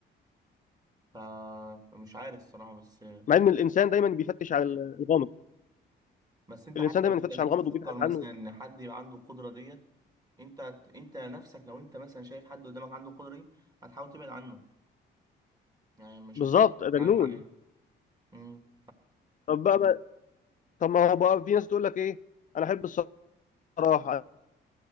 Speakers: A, on the right; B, on the left.
A: ف... فمش عارف الصراحة بس
B: مع ان الانسان دايما بيفتش على الغامض
A: بس انت
B: الانسان
A: حتى
B: دايما
A: لو انت
B: بيفتش
A: جيت
B: على الغامض
A: تفكر
B: وبيبحث
A: مثلا
B: عنه
A: ان حد يبقى عنده القدرة ديت انت انت نفسك لو انت مثلا شايف حد قدامك عنده القدرة دي هتحاول تبعد عنه يعني مش
B: بالظبط
A: هتحب
B: ده
A: تتعامل
B: جنون
A: معاه امم
B: طب بقى, بقى طب ما هو بقى في ناس تقول لك ايه انا احب الصراحه